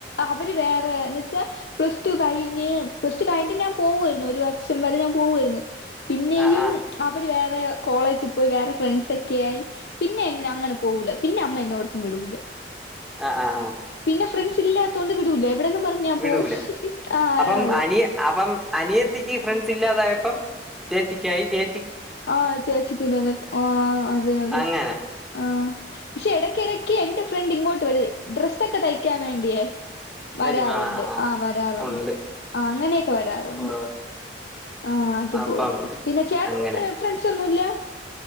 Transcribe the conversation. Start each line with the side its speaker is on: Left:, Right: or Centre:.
Left: അവര് വേറെ എന്ന് വെച്ചാ പ്ലസ് ടു കഴിഞ്ഞ് പ്ലസ് ടു കഴിഞ്ഞിട്ട് ഞാൻ പോവുരുന്നു ഒരു വർഷം വരെ ഞാൻ പോവുയിരുന്നു പിന്നെയും
Centre: ആഹ് ആഹ്
Left: ര് വേറെ കോളേജിൽ പോയി വേറെ ഫ്രണ്ട്സ ഒക്കെ ആയി പിന്നെ എന്നെ അങ്ങനെ പോകൂല പിന്നെ അമ്മ എന്നോടത്തും വിടൂല
Centre: ആഹ ആ ആഹ്
Left: പിന്നെ ഫ്രണ്ട്സ് ഇല്ലാത്തോണ്ട് വിടൂല എവിടെന്നും പറഞ്ഞ് ഞാൻ
Centre: വിടൂല
Left: പോവും ആ
Centre: അപ്പം
Left: അതെ
Centre: അനിയ അപ്പം അനിയത്തിക്ക് ഫ്രണ്ട് സില്ലാതായപ്പം ചേച്ചക്കായി ചേ
Left: ആഹ ചേച്ചിക്കില്ലാഞ്ഞപ്പൊ അതെ ആ അതെ അതെ
Centre: അങ്ങനെ
Left: ആ പക്ഷെ ഇടക്ക ഇടക്ക് എന്റെ ഫ്രണ്ട് ഇങ്ങോട്ട് വര് ഡ്രസ്സൊക്കെ തയ്ക്കാൻ വേണ്ടിയേ വരാറൊണ്ട്
Centre: വരും ആഹ് ആഹ്
Left: ആ വരാറൊണ്ട്
Centre: ഉണ്ട്
Left: ആ അങ്ങനെയൊക്കെ വരാറൊണ്ട്
Centre: ഓ
Left: ആ അതുപോലെ
Centre: അപ്പം
Left: പിന്നെ ചേട്ടൻട്ര
Centre: അങ്ങനെ
Left: ഫ്രണ്ട്സ് ഒന്നുല്ല